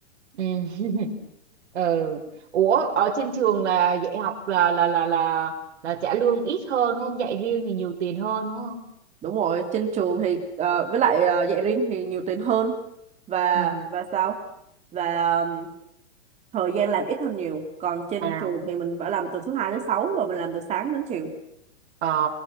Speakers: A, on the right (about 70°); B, on the right (about 20°).
A: ừ. <laughs> ừ. Ủa ở trên trường là dạy học là là là là là trả lương ít hơn đúng không? Dạy riêng thì nhiều tiền hơn đúng không?
B: đúng rồi trên trường thì ờ, với lại ờ, dạy riêng thì nhiều tiền hơn và
A: Ừ.
B: và sao và um, thời gian làm ít hơn nhiều còn trên
A: À,
B: trường thì mình phải làm từ thứ hai tới sáu và mình làm từ sáng đến chiều
A: ờ